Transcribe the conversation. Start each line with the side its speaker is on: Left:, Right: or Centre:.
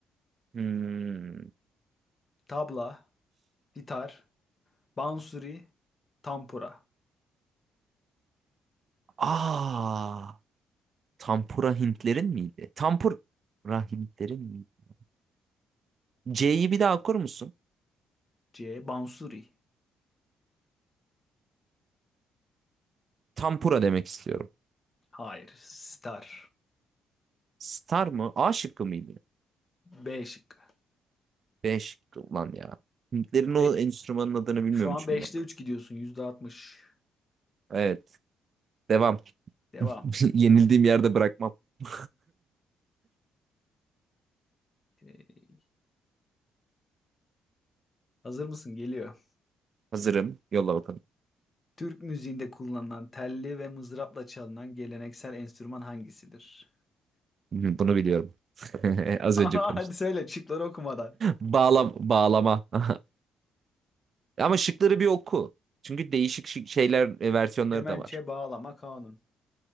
Right: Hmm.
Left: Tabla, gitar, bansuri, tampura.
Right: Aa, Tampura Hintlerin miydi? Tampura Hintlerin miydi? C'yi bir daha okur musun?
Left: C. Bansuri.
Right: Tampura demek istiyorum.
Left: Hayır. Star.
Right: Star mı? A şıkkı mıydı?
Left: B şıkkı.
Right: B şıkkı lan ya. Hintlerin o
Left: E,
Right: enstrümanın adını bilmiyormuşum
Left: şu an beşte
Right: bak.
Left: 3 gidiyorsun. %60.
Right: Evet. Devam.
Left: Devam.
Right: <laughs> Yenildiğim yerde bırakmam. <laughs>
Left: E, hazır mısın? Geliyor.
Right: Hazırım. Yolla bakalım.
Left: Türk müziğinde kullanılan telli ve mızrapla çalınan geleneksel enstrüman hangisidir?
Right: Hı, Bunu biliyorum. <laughs>
Left: <laughs>
Right: Az
Left: Ama
Right: önce konuştum.
Left: hadi söyle şıkları okumadan.
Right: Bağlam bağlama. <laughs> E Ama şıkları bir oku. Çünkü değişik şık- şeyler e, versiyonları
Left: Kemençe,
Right: da var.
Left: bağlama, kanun.